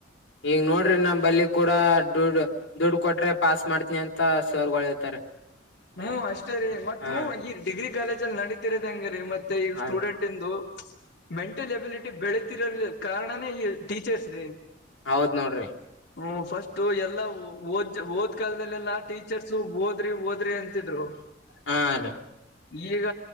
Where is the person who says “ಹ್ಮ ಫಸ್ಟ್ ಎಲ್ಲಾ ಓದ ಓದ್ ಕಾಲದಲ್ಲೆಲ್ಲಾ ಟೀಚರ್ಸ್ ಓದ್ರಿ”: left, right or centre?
Left